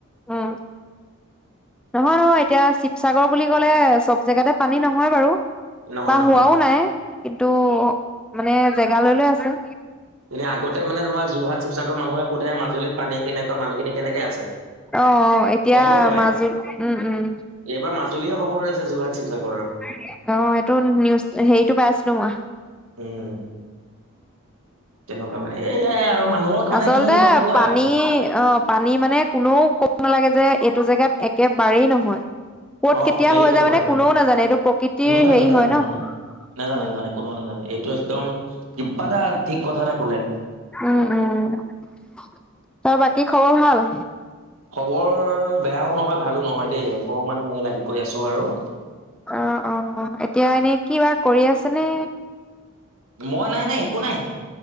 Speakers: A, in the centre; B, on the right (about 75°).
A: উম। নহয়, নহয় এতিয়া শিৱসাগৰ বুলি ক'লে চব জেগাতে পানী নহয় বাৰু।
B: নহয়
A: বা
B: নহয়
A: হোৱাও নাই কিন্তু মানে জেগা লৈ, লৈ আছে।
B: আগতে মানে তোমাৰ যোৰহাট শিৱসাগৰ মানুহে সোধে মাজুলীত পানী কেনেকুৱা মানুহখিনি কেনেকে আছে।
A: অ', এতিয়া
B: খবৰ লয়
A: মাজুলী উম, উম
B: এইবাৰ মাজুলী হে খবৰ লৈছে যোৰহাট শিৱসাগৰৰ।
A: অ', এইটো নিউজ হেৰিতটো পাই আছিলোঁ মই।
B: উম, তেনেকুৱা মানে এই আৰু। মানুহক মানে
A: আচলতে
B: কি গম পোৱা
A: পানী অ' পানী মানে কোনেও ক'ব নালাগে যে এইটো জেগাত একেবাৰেই নহয়। ক'ত
B: অ
A: কেতিয়া
B: এইটো
A: হৈ যায়
B: হয়
A: মানে কোনেও নাজানে এইটো প্ৰকৃতিৰ
B: নাজানে
A: হেৰি
B: নাজানে
A: হয় ন।
B: নাজানে নাজানে নাজানে কোনেও এইটো একদম কিবা এটা ঠিক কথা এটা কলে।
A: উম, উম তাৰ বাকী খবৰ ভাল।
B: খবৰ বেয়াও নহয় ভালো নহয় দেই অকণমান লাগি কৰি আছোঁ আৰু।
A: অ', অ', এতিয়া এনে কি বা কৰি আছে নে।
B: মই নাই, নাই একো নাই।